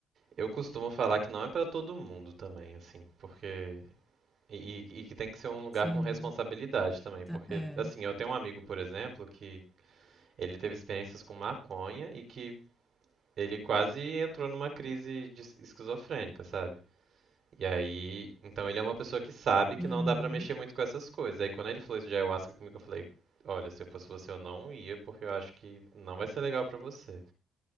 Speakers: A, on the right (about 60°); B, in the centre.
A: Eu costumo falar que não é pra todo mundo também, assim, porque. E, e- e que tem que ser um lugar
B: Sim,
A: com responsabilidade também,
B: tá-
A: porque,
B: é.
A: assim, eu tenho um amigo, por exemplo, que ele teve experiências com maconha e que ele quase entrou numa crise de es- esquizofrênica, sabe? E aí, então ele é uma pessoa que sabe que
B: Uhum,
A: não dá pra mexer muito com essas coisas. Aí quando ele falou isso de ayahuasca comigo, eu falei, olha, se eu fosse você, eu não ia, porque eu acho que não vai ser legal pra você.